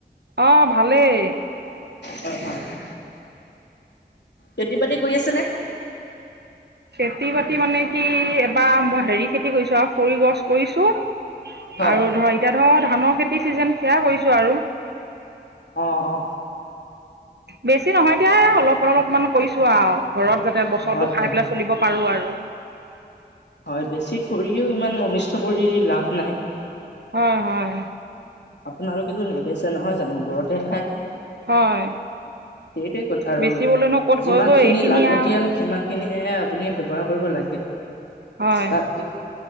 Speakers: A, on the right; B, on the left.
A: অ ভালেই।
B: হয়, হয়। খেতি-বাতি কৰি আছেনে?
A: খেতি-বাতি মানে কি, এবাৰ মই হেৰি খেতি কৰিছো, আৰু খৰি গছ কৰিছো। আৰু
B: হয়
A: ধৰ, এতিয়া ধৰ, ধানৰ খেতি চিজন সেয়া কৰিছোঁ আৰু।
B: অ, অ।
A: বেছি নহয় দিয়া, অলপ-অলপমান কৰিছো আৰু, ঘৰত যাতে বছৰটো
B: হয়
A: খাই
B: হয়
A: পেলাই
B: হয়
A: চলিব পাৰো আৰু।
B: হয়, বেছি কৰিও ইমান অনিষ্ট কৰি লাভ নাই।
A: হয়, হয়।
B: আপোনালোকেতো নেবেচে নহয় জানো ঘৰত হে খাই?
A: হয়
B: সেইটোৱে কথা আৰু
A: বেচিবলৈনো ক'ত
B: যিমান
A: হয়গৈ
B: খিনি
A: এইখিনি
B: লাগতিয়াল
A: আৰু
B: সিমান খিনিয়ে আপুনি ব্যৱহাৰ কৰিব লাগে,
A: হয়
B: তাত